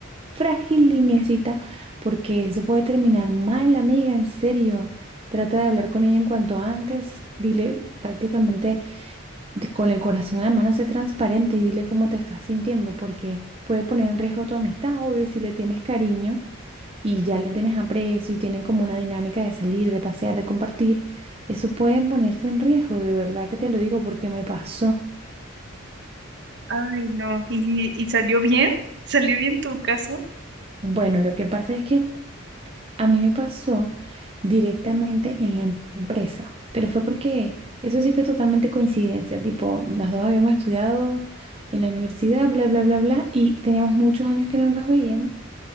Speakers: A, on the right; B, on the right.
A: frágil lineecita, porque eso puede terminar mal, amiga, en serio. Trata de hablar con ella en cuanto antes, dile prácticamente de- con el corazón en la mano, sé transparente y dile cómo te estás sintiendo, porque puede poner en riesgo tu amistad, obvio, y si le tienes cariño y ya le tienes aprecio y tienen como una dinámica de salir, de pasear, de compartir, eso puede ponerse en riesgo, de verdad que te lo digo porque me pasó.
B: Ay, no. ¿Y, y salió bien? ¿Salió bien tu caso?
A: Bueno, lo que pasa es que a mí me pasó directamente en la empresa, pero fue porque eso sí fue totalmente coincidencia, tipo, las dos habíamos estudiado en la universidad, bla, bla, bla, bla, y teníamos muchos años que no nos veíamos